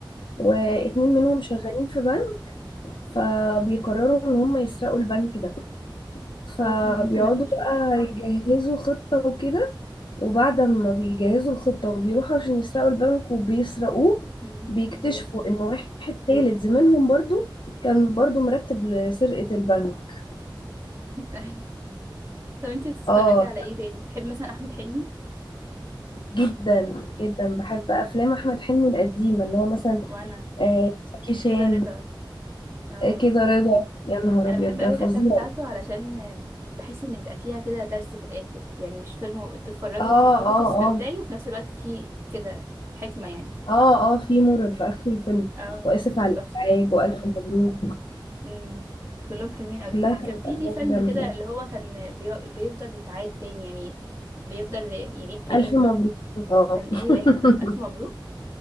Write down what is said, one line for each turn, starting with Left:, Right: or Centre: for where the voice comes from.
Left: واتنين
Right: اي
Left: منهم شغالين في بنك فبيقرروا ان هما يسرقوا البنك ده فبيقعدوا
Right: خلاص انا ممكن ابقى اشوف
Left: بقى يجهزوا خطة وكده وبعد ما بيجهزوا الخطة وبيروحوا عشان يسرقوا البنك وبيسرقوه
Right: امم
Left: بيكتشفوا
Right: ايه اللي بيحصل
Left: ان واحد تالت زميلهم برضو كان برضو مرتب لسرقة البنك
Right: <laughs> اي طب انتي بتتفرجي
Left: اه
Right: على ايه تاني بتحبي مثلا احمد حلمي
Left: جدا جدا بحب
Right: امم
Left: افلام احمد حلمي القديمه اللي هو مثلا
Right: وانا
Left: آه، زكي شان
Right: كده رضا اه
Left: آه، كده رضا يا نهار
Right: انا
Left: ابيض
Right: بحب
Left: ده
Right: قوي
Left: فظيع
Right: الافلام بتاعته علشان بحس ان بيبقى فيها كده درس في الاخر يعني مش فيلم و- تتفرجي
Left: اه
Right: وتتبسطي
Left: اه
Right: وتستمتعي
Left: اه
Right: وفي نفس الوقت فيه كده حكمة يعني
Left: اه اه في مرر في اخر الفيلم
Right: اه
Left: واسف
Right: بتبقى
Left: على
Right: بس...
Left: الازعاج والف مبروك
Right: مم. كلهم حلوين قوي
Left: كلها كانت
Right: كان في
Left: افلام
Right: ليه فيلم
Left: جامده
Right: كده اللي هو كان بي... بيفضل يتعاد تاني يعني بيفضل يعيد تاني
Left: الف مبروك اه
Right: كان ايه
Left: <laughs>
Right: واحد ده الف مبروك